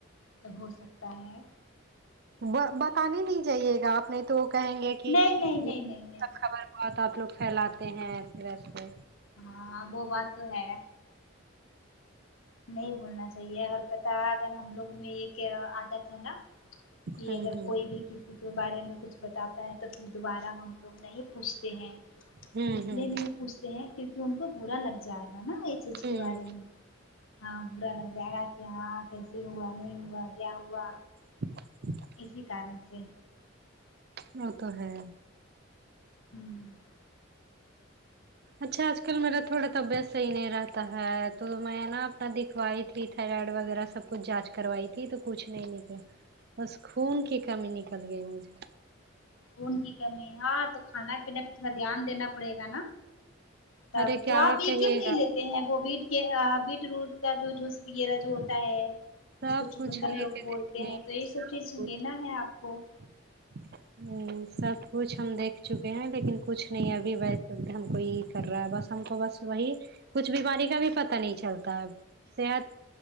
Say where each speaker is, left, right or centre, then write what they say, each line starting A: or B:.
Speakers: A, on the left; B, on the right.
A: تو ہو سکتا ہے
B: وا بتانے نہیں جاۓ گا آپ نیئی تو وہ کہیں گے کہ
A: نہیں نہیں نہیں نہیں نہیں
B: سب خبر بات آپ لوگ پھیلاتے ہیں اس طرح سے
A: ہاں وہ بات تو ہے نہیں بولنا چاہیے ا پتا اگر ہم لوگ میں ایک عادت ہے نا یہ
B: ہوں
A: اگر
B: ہوں
A: کوئی بھی کسی کے بارے میں کچھ بتاتا ہے تو پھر دوبارہ ہم لوگ نہیں پوچھتے ہیں
B: ہوں
A: اس
B: ہوں
A: لیے نہیں پوچھتے ہیں کیونکہ ان کو برا لگ جائے گا نا یہ چیز
B: ہوں
A: کے بارے میں ہاں برا لگ جائے گا کہ ہاں کیسے ہوا نہیں ہوا کیا ہوا
B: <inaudible>
A: اسی کارن سے
B: وہ تو ہے
A: ہوں
B: اچھا آج کل میرا تھوڑا طبیعت صحیح نہیں رہتا ہے تو میں نا اپنا دکھ تھ تھرائڈ وغیرہ سب کچھ جانچ کروائی تھی تو کچھ نہیں نکلا بس خون کی کمی نکل گئی مجھے
A: خون کی کمی ہاں تو کھانا پینے پہ تھوڑا دھیان دینا پڑے گا نا تب
B: ارے کیا
A: تو آپ ایک
B: کہیے
A: کیوں نہیں
B: گا
A: لیتے ہیں وہ بیٹ کے بیٹ روٹ کا جو جوس وغیرہ جو ہوتا ہے
B: سب
A: جس کو چکندر
B: کچھ لے
A: لوگ
B: کے
A: بولتے
B: دیکھ
A: ہیں
B: لیں
A: تو یہ سب چیز لینا ہے آپ کو
B: <inaudible> ہ سب کچھ ہم دیکھ چکے ہیں لیکن کچھ نہیں ابھی و سکتے ہم کوئی کر رہا ہے بس ہم کو بس وہی کچھ بیماری کا بھی پتا نہیں چلتا ہے صحت